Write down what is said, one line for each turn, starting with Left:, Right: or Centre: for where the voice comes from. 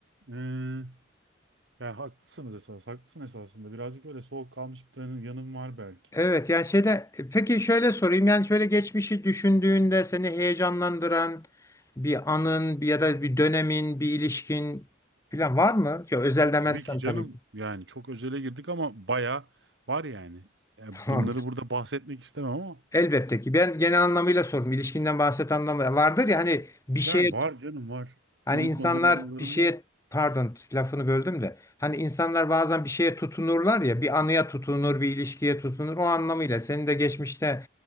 Right: eee yani haklısınız esas. Haklısın esasında. Birazcık öyle soğuk kalmış bir tane yanım var belki.
Left: Evet yani şeyde e, peki şöyle sorayım yani şöyle geçmişi düşündüğünde seni heyecanlandıran bir anın bir ya da bir dönemin bir ilişkin falan var mı? Ya özel demezsen
Right: Tabii ki canım
Left: tabii ki.
Right: yani çok özele girdik ama baya var yani. Yani
Left: <laughs> Tamamdır.
Right: bunları burada bahsetmek istemem ama
Left: Elbette ki. Ben genel anlamıyla sordum. İlişkinden bahset anlamı vardır ya hani bir
Right: yani
Left: şeye
Right: var canım var.
Left: Hani
Right: Unutmadığım
Left: insanlar
Right: anılarım
Left: bir şeye
Right: var.
Left: pardon lafını böldüm de hani insanlar bazen bir şeye tutunurlar ya bir anıya tutunur bir ilişkiye tutunur o anlamıyla senin de geçmişte